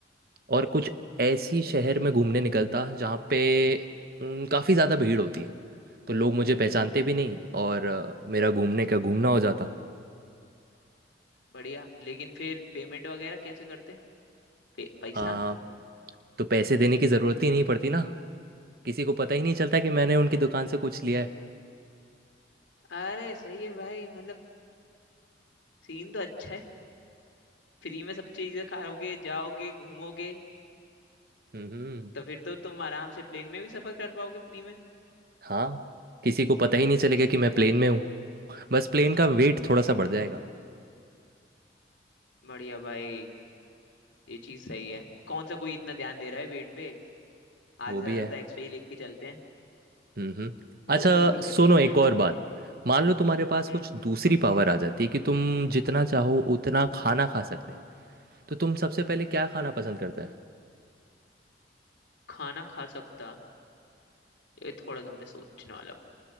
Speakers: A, on the right (about 55°); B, on the left (about 85°).
A: और कुछ ऐसी शहर में घूमने निकलता जहाँ पे अम, काफ़ी ज़्यादा भीड़ होती है तो लोग मुझे पहचानते भी नहीं और अ, मेरा घूमने का घूमना हो जाता
B: बढ़िया लेकिन फिर पेमेंट वगैरह कैसे करते पे, पैसा
A: आ, तो पैसे देने की ज़रूरत ही नहीं पड़ती ना किसी को पता ही नहीं चलता कि मैंने उनकी दुकान से कुछ लिया है
B: अरे सही है भाई मतलब सीन तो अच्छा है फ्री में सब चीजें खाओगे जाओगे घूमोगे
A: हम्म
B: तो फिर तो तुम आराम से प्लेन में भी सफर कर पाओगे फ्री में
A: हाँ किसी को पता ही नहीं चलेगा कि मैं प्लेन में हूँ बस प्लेन का वेट थोड़ा सा बढ़
B: अरे,
A: जाएगा
B: बढ़िया भाई ये चीज सही है कौन सा कोई इतना ध्यान दे रहा है वेट पे आज
A: वो
B: ज्यादा
A: भी है
B: तो एक्स्ट्रा ही लेके चलते हैं
A: हम्म
B: वो
A: अच्छा
B: कोई दिक्कत
A: सुनो
B: नहीं
A: एक
B: है
A: और बात मान लो तुम्हारे पास
B: हम्म,
A: कुछ दूसरी पावर आ जाती है कि तुम जितना चाहो उतना खाना खा सकते तो तुम सबसे पहले क्या खाना पसंद करते हैं
B: खाना खा सकता ये थोड़ा तुमने सोचने वाला